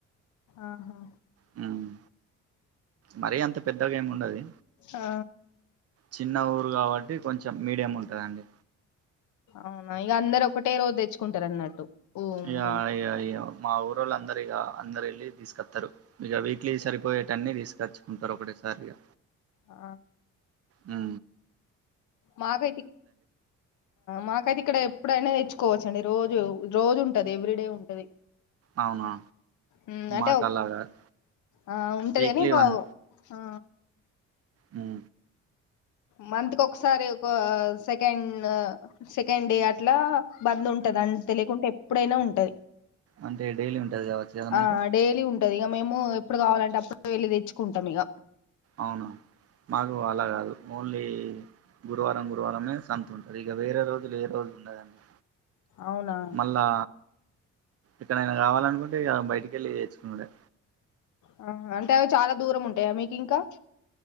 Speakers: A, on the left; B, on the right.
A: ఆహా
B: హ్మ్ మరీ అంత పెద్దగా ఏమి ఉండది
A: ఆ
B: చిన్న ఊరు కాబట్టి కొంచెం మీడియం ఉంటదండి
A: అవునా ఇగ అందరు ఒకటే రోజు దెచ్చుకుంటారు అన్నట్టు ఓ
B: య
A: మీ
B: య య మా ఊరోళ్ళు అందరు ఇగ అందరెళ్ళి తీస్కత్తరు ఇగ వి ఇట్లీ సరిపోయేట అన్ని తీసుకొచ్చుకుంటారు ఒకటిసారి ఇగ
A: ఆ
B: మ్
A: మాకు మాకు అయితే ఇక్కడ ఇప్పుడైనా ఇచ్చుకోవచ్చండి రోజు రోజు ఉంటది ఎవ్రీడే ఉంటది
B: అవునా
A: ఉమ్ అంటే
B: మాకు అలా కాదు
A: ఆ ఉంటది
B: వీక్లీ
A: అని ఇంకో
B: వన్
A: ఆ
B: మ్
A: మంత్కి ఒకసారి ఒక సెకండ్ సెకండ్ డే అట్లా బంద్ ఉంటది నన్ తెలియకుంటే ఎప్పుడైనా ఉంటది
B: అంటే డైలీ ఉంటది కావచ్చు కదా
A: ఆ
B: మీకు
A: డైలీ ఉంటది ఇగ మేము ఎప్పుడు కావాలంటే అప్పుడు వెళ్ళి తెచ్చుకుంటాం ఇగ
B: అవును మాకు అలా కాదు ఓన్లీ గురువారం గురువారమే సంత ఉంటది ఇగ వేరే రోజులు ఏ రోజులు ఉండదండి
A: అవునా
B: మళ్ళా ఇక్కడైన కావాలనుకుంటే బయటికెళ్ళి తెచ్చుకొనుడే
A: ఆ అంటే అవి చాలా దూరం ఉంటాయా మీకు ఇంకా